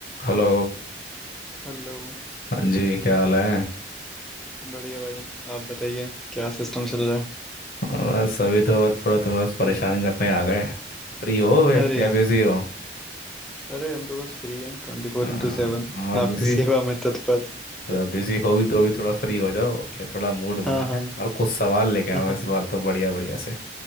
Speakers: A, on the left; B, in the centre.
A: Hello
B: Hello
A: हाँ जी क्या हाल है
B: बढ़िया भाई आप बताइए क्या सिस्टम चल रहा
A: बस अभी तो बस थोड़ा तो बस परेशान करने आ गए फ्री हो वे
B: है अरे
A: या
B: यार
A: बिजी हो
B: अरे हम तो बस फ्री हैं ट्वेंटी फोर
A: हाँ
B: इंटू सेवन आपकी
A: बिजी
B: सेवा में तत्पर
A: बिजी हो भी तो अभी थोड़ा फ्री हो जाओ क्या थोड़ा मूड बना
B: हाँ हाँ
A: है और कुछ सवाल लेके आओ
B: <laughs>
A: इस बार तो बढ़िया बढ़िया से